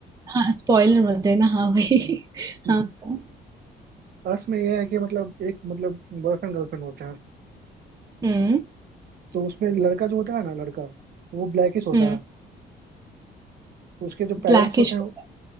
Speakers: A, on the right; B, on the right.
A: हाँ स्पॉइलर मत देना हाँ वही
B: हम्म,
A: <laughs>
B: हम्म।
A: हाँ बताओ।
B: अस में यह है कि मतलब एक मतलब बॉयफ्रेंड गर्लफ्रेंड होते हैं
A: हम्म
B: तो उसमें लड़का जो होता है ना लड़का वो ब्लैकिश होता
A: हम्म
B: है तो उसके जो पेरेंट्स
A: ब्लैकिश
B: होते हैं
A: होता